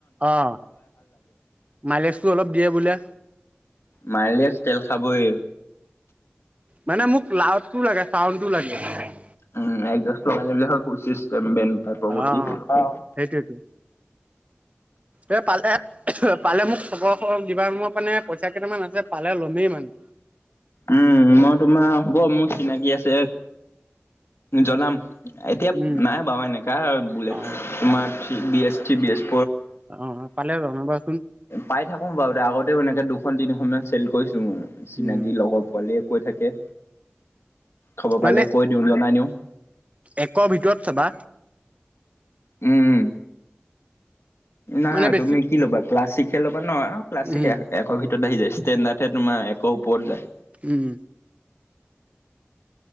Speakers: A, on the right; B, on the left.
A: অ মাইলেজটো অলপ দিয়ে বোলে
B: মাইলেজ তেল খাবই
A: মানে মোক লাউডটো লাগে চাউণ্ডটো লাগে <unintelligible>
B: উম একজাজ লগাই ললে হল পচিছ তাৰ পৰবৰ্তী
A: অ
B: অ
A: সেইটোৱেতো এই পালে পালে মোক খবৰ খ দিবা মই মানে পইচা কেইটামান আছে পালে লমেই মানে।
B: উম মই তোমাৰ হ'ব মোৰ চিনাকি আছে জনাম। এতিয়া
A: উম
B: নাই বাৰু সেনেকা বুলেট
A: অ
B: তোমাৰ B S three B S ফ্ৰ
A: অ পালে জান বাৰ!
B: পাই থাকোম বাৰু দে আগতেও এনেকে দুখন তিনিখন মান চেল কৰিছো। ু চিনাকি
A: উম
B: লগৰ পোৱালি কৈ থাকে খবৰ
A: মানে
B: পাৰিলে কৈ দিওঁ জাই নিওঁ
A: একৰ ভিতৰত চাবা
B: উম! নাই
A: মানে বেছি
B: তুমি কি ল'বা ক্লাছিক ন ক্লাছিক
A: উম
B: এক ভিতৰত, আহি যায় ষ্টেডাৰহ তমাৰ একো ওপৰত যায়,
A: উম!